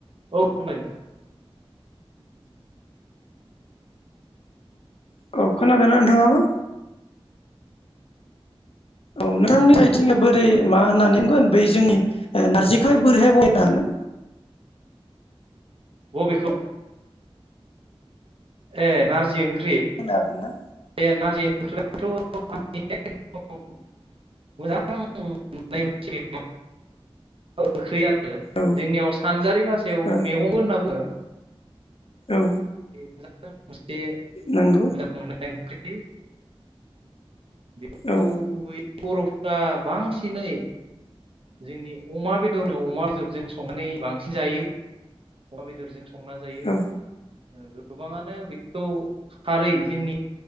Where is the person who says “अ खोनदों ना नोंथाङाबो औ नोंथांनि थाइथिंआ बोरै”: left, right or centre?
Left